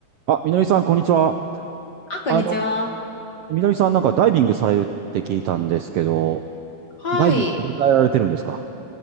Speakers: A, on the right (about 75°); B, on the left (about 50°).
A: あ、みのりさん、こんにちは。
B: あ、こんにちは。
A: あの、みのりさん、なんかダイビングされるって聞いたんですけど、
B: はい。
A: ダイビングどれぐらいやられてるんですか